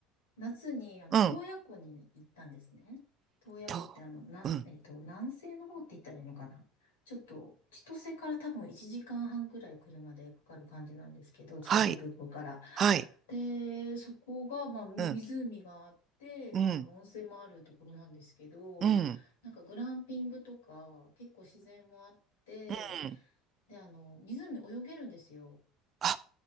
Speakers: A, on the left; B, on the right.
A: 夏に、あの、
B: うん、
A: 洞爺湖に行ったんですね。洞爺湖って、
B: と、
A: あの、な、
B: うん、
A: えっと、南西の方って言ったらいいのかな。ちょっと、千歳から多分1時間半ぐらい車でかかる感じなんですけど、千歳空港から。
B: はい、はい、
A: で、そこが、まあ、み湖があって、
B: うん、
A: まあ、
B: うん、
A: あの温泉もあるところなんですけど、
B: うん、
A: なんかグランピングとか、結構自然もあって、
B: うん。
A: で、あの、湖泳げるんですよ。
B: あ、